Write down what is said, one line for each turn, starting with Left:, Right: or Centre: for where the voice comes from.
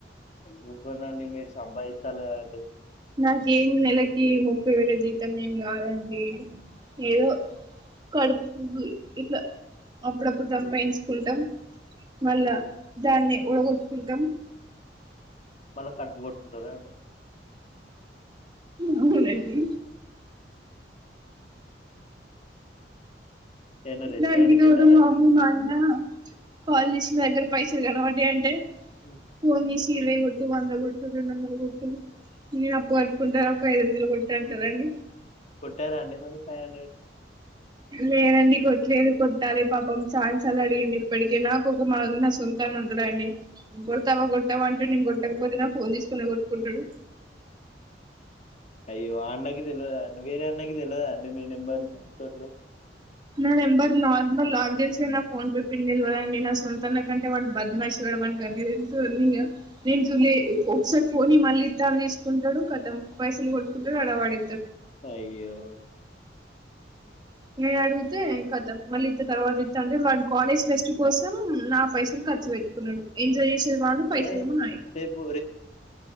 Left: క్కనాని మ స బైస్తాల అండి
Right: నాగేం నెలకి ముప్పై వేల జీతాం నేను గారంండి ఏదో కడుపుంది ఇట్లా అప్పుడప్పు సంపాంచుకుంటాం మళ్ళా దాన్ని ఉడగొట్టుకుంటాం
Left: మళ్ళా కడుపు కొట్టుకుంటారా అండి?
Right: అవునండి
Left: ఏమన్నా రెస్టారెంట్‌కెళ్లారా
Right: దానికి తోడు మా
Left: అండి?
Right: అమ్ము మా అయన కాల్ చేసి నా దగ్గర పైసలు కనపడ్డాయ్ అంటే
Left: ఉమ్.
Right: ఫోన్ చేసి ఇరవై కొట్టు వంద కొట్టు రెండొందలు కొట్టు నేను అప్పు కట్టుకుంటా ఒక ఐదు వందలు కొట్టు అంటారండి
Left: కొట్టారాండి మరి ఫైవ్
Right: లేదండి కొట్లేదు కొట్టాలి పాపం చానా సార్లు అడిగింది ఇప్పడికే నాకు ఒక మా అన్న సొంత అన్న ఉంటాడండి కొడతావా కొట్టావా అంటే నేను కొట్టకపోతేనా ఫోన్ తీసుకునే కొట్కుంటాడు
Left: అయ్యో ఆ అన్నకి తెల్వదా అండి వేరే అన్నకి తెలిదా అండి మీ నెంబర్లు పాస్వర్డ్లు
Right: నా నెంబర్ నర్మల్ లాక్ చేస్తే నా ఫోన్ పే పిన్ తెలువదండి నా సొంత అన్న కంటే వాడు బద్మాష్ గాడు వానికి అన్నీ తెలుసు నేను ఇయ్య నేను జూలే ఒకసారి ఫోన్‌యి మళ్ళీ ఇత్త తిసుకుంటాడు కతం పైసలు కొట్టుకుంటాడు అడ పడే
Left: అయ్యో
Right: నేను అడిగితే కతం మళ్ళీ ఇత్త తర్వాత ఇత్త అంటడు వాని కాలేజ్ ఫెస్ట్ కోసం నా పైసా లన్ని ఖర్చు పెట్కున్నాడు ఎంజాయ్ చేసేది వాడు పైసలేమో
Left: ఏ
Right: నాయి
Left: రేపు